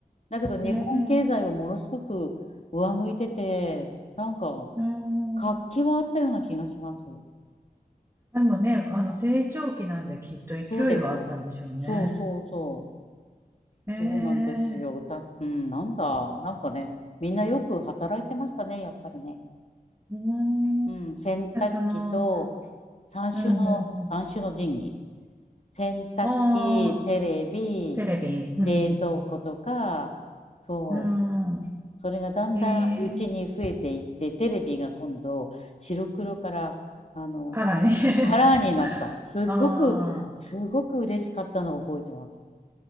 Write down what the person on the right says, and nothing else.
えー、
うーん。
でもね、あの、成長期なんできっと勢いはあったんでしょうね。
えー、
うーん。
じゃその、
うん、うん、う
ん。ああ、
テレビ。うん。
うん。
えー
からね
<laughs> あ